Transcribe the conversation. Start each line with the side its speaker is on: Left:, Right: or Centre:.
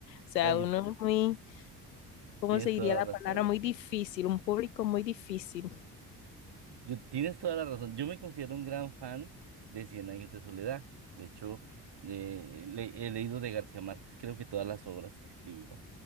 Left: O sea,
Right: claro, yo-
Left: uno es muy, ¿cómo
Right: tienes
Left: se diría
Right: toda la
Left: la
Right: razón.
Left: palabra? Muy difícil, un público muy difícil.
Right: Yo, tienes toda la razón. Yo me considero un gran fan de Cien Años de Soledad. De hecho, eh, le- he leído de García Márquez, creo que todas las obras que escribió.